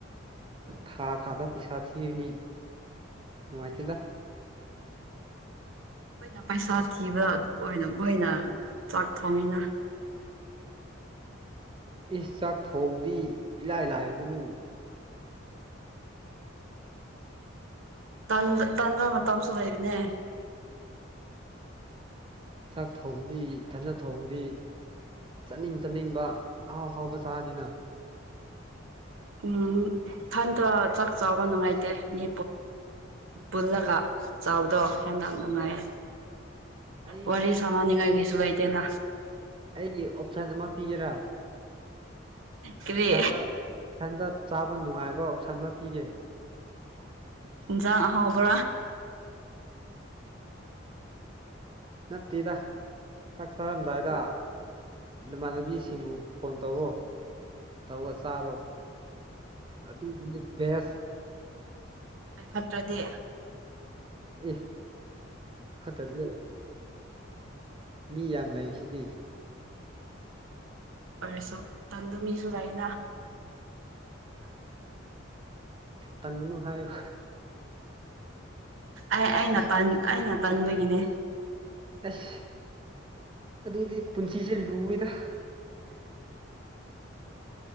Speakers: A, on the right; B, on the right.
A: ꯊꯥ ꯊꯥꯗ ꯄꯩꯁꯥ ꯊꯤꯔꯅꯤ ꯅꯨꯡꯉꯥꯏꯇꯦꯗ
B: <inaudible> ꯑꯩꯈꯣꯏꯅ ꯄꯩꯁꯥ ꯊꯤꯕ ꯑꯗꯨ ꯑꯣꯏꯅ ꯃꯣꯏꯅ ꯆꯥꯛ ꯊꯣꯡꯉꯅ
A: ꯏꯁ ꯆꯥꯛ ꯊꯣꯡꯕꯗꯤ ꯏꯂꯥꯏ ꯂꯥꯏꯕꯗꯨꯕꯨ
B: ꯇꯟ ꯇꯟꯗ ꯃꯇꯝꯁꯨ ꯂꯩꯕꯅꯦ
A: ꯆꯥꯛ ꯊꯣꯡꯕꯗꯤ ꯊꯅ ꯊꯣꯡꯕꯗꯤ ꯆꯥꯠꯅꯤꯡ ꯆꯥꯅꯤꯡ ꯑꯥꯎ ꯍꯥꯎꯕ ꯆꯥꯅꯤꯅ
B: ꯎꯝ ꯊꯟꯊ ꯆꯥꯛ ꯆꯥꯎꯕ ꯅꯨꯡꯉꯥꯏꯇꯦ ꯃꯤ ꯄꯨꯜꯂꯒ ꯆꯥꯎꯕꯗꯣ ꯍꯦꯟꯅ ꯌꯥꯝ ꯅꯨꯡꯉꯥꯏꯌꯦꯦ
A: ꯑꯩ
B: ꯋꯥꯔꯤ ꯁꯥꯟꯅꯅꯤꯡꯉꯥꯏꯒꯤꯁꯨ ꯂꯩꯇꯦꯅ
A: ꯑꯩ ꯑꯣꯞꯁꯟ ꯑꯃ ꯄꯤꯒꯦꯔꯥ
B: ꯀꯔꯤ
A: ꯏꯊꯟꯇ ꯏꯊꯟꯇ ꯆꯥꯕ ꯅꯨꯡꯉꯥꯏꯕ ꯑꯣꯞꯁꯟ ꯑꯃ ꯄꯤꯒꯦ
B: ꯌꯥꯥꯛ ꯑꯍꯥꯎꯄ
A: ꯅꯠꯇꯦꯗ ꯆꯥꯛ ꯆꯔꯝꯗꯥꯏꯗ ꯏꯃꯥꯟꯅꯕꯤꯁꯤꯡꯕꯨ ꯐꯣꯟ ꯇꯧꯔꯣ ꯇꯧꯒ ꯆꯥꯔꯣ ꯑꯗꯨꯗꯨꯗꯤ ꯦꯁ
B: ꯐꯥꯏ ꯐꯠꯇ꯭ꯔꯗꯤ
A: ꯑꯦ ꯈꯠꯇꯗꯤ ꯃꯤ ꯌꯥꯝ ꯂꯩꯁꯤꯗꯤ
B: ꯑꯣꯏꯔꯁꯨ ꯇꯟꯗ ꯃꯤꯁꯨ ꯂꯩꯩꯅ
A: ꯇꯟꯒꯅꯨ ꯍꯥꯏꯌꯣ
B: ꯑꯩ ꯑꯩꯅ ꯑꯩꯅ ꯇꯟꯕꯒꯤꯅꯦ
A: ꯑꯁ ꯑꯗꯨꯗꯤ ꯄꯨꯟꯁꯤꯁꯦ ꯂꯨꯋꯦꯗ